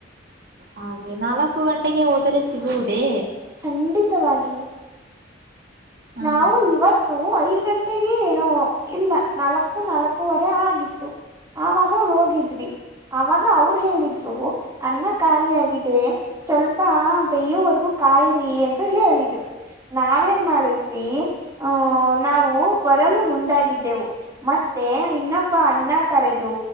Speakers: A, on the right (about 55°); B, on the right (about 20°).
A: ಹಾಗೆ ನಾಲ್ಕು ಗಂಟೆಗೆ ಹೋದರೆ ಸಿಗುವುದೇ.
B: ಖಂಡಿತವಾಗಿಯೂ.
A: ಹ
B: ನಾವು ಇವತ್ತು ಐದ್ ಗಂಟೆಗೆ ಏನೋ ಇಲ್ಲ ನಾಲ್ಕ್ ಕ್ಕು ನಾಲಕ್ಕು ವರೆ ಆಗಿತ್ತು. ಆವಾಗ ಹೋಗಿದ್ವಿ ಅವಾಗ ಅವ್ರು ಹೇಳಿದ್ರು ಅನ್ನ ಖಾಲಿ ಆಗಿದ್ ದೇ ಸ್ವಲ್ಪ ಬೈಯೋವರ್ಗು ಕಾಯಿರಿ ಎಂತು ಹೇಳಿದ್ರು ನಾವೇನ್ ಮಾಡದ್ವಿ. ದ್ವಿ ಹ್ಮ್ ನಾವು ಬರಲು ಮುಂದಾಗಿದ್ದೆವು. ಮತ್ತೆ ಇನ್ನೊಬ್ಬ ಅಣ್ಣ ಕರೆದು.